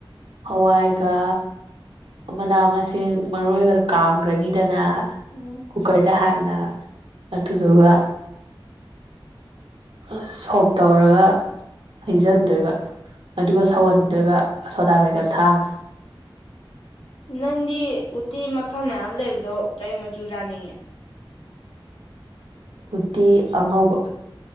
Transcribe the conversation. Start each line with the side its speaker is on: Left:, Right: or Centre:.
Right: ꯍꯋꯥꯏꯒ ꯃꯅꯥ ꯃꯁꯤꯡ ꯃꯔꯣꯏꯒꯗ ꯀꯥꯝꯈ꯭ꯔꯅꯤꯗꯅ
Left: ꯎꯝ
Right: ꯀꯨꯀꯔꯗ ꯍꯥꯟꯅ ꯑꯗꯨꯗꯨꯒ ꯑꯁ ꯁꯣꯛ ꯇꯧꯔꯒ ꯍꯩꯖꯟꯗꯣꯏꯕ ꯑꯗꯨꯒ ꯁꯧꯍꯟꯗꯣꯏꯕ ꯁꯣꯗꯥꯕꯩꯒꯞ ꯊꯥꯛꯑꯒ
Left: ꯅꯪꯗꯤ ꯎꯇꯤ ꯃꯈꯜ ꯃꯌꯥꯝ ꯂꯩꯕꯗꯣ ꯀꯩ ꯃꯆꯨ ꯆꯥꯅꯤꯡꯉꯦ
Right: ꯎꯇꯤ ꯑꯉꯧꯕ